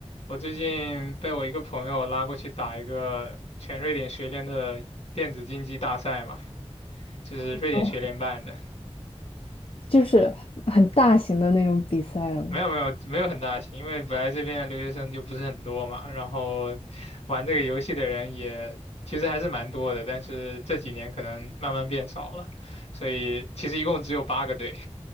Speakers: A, on the left; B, on the left.
A: 我最近被我一个朋友拉过去打一个全瑞典学联的电子竞技大赛嘛，就是瑞典学联办的。
B: 哦，就是很大型的那种比赛了。
A: 没有没有没有很大型，因为本来这边的留学生就不是很多嘛，然后玩这个游戏的人也其实还是蛮多的，但是这几年可能慢慢变少了，所以其实一共只有八个队。